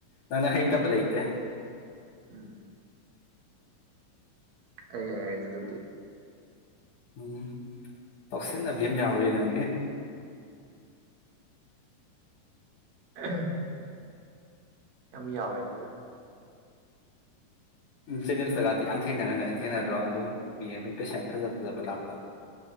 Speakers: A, on the left (about 60°); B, on the right (about 80°).
A: ꯅꯪꯅ ꯍꯩꯇꯕ
B: ꯎꯝ
A: ꯂꯩꯇꯦ
B: ꯎꯝ ꯑꯩ ꯌꯥꯏꯔꯅ ꯑꯗꯨꯕꯨꯗꯤ
A: ꯎꯝ ꯇꯥꯎꯁꯤꯟꯅꯕꯤ ꯑꯃ ꯌꯥꯎꯔꯤꯌꯦ ꯅꯪꯒꯤ
B: ꯑꯝ ꯌꯥꯝ ꯌꯥꯎꯋꯦꯗ
A: ꯖꯦꯅꯤꯝꯁꯇꯒꯇꯤ ꯌꯥꯝ ꯊꯦꯡꯅꯔꯝꯒꯅꯤ ꯊꯦꯡꯅꯗ꯭ꯔꯣ ꯑꯗꯨꯝ ꯃꯤ ꯑꯗꯨꯝ ꯄꯦꯁꯦꯟ ꯐꯖ ꯐꯖꯕ ꯂꯥꯛꯄ ꯑꯗꯨꯝ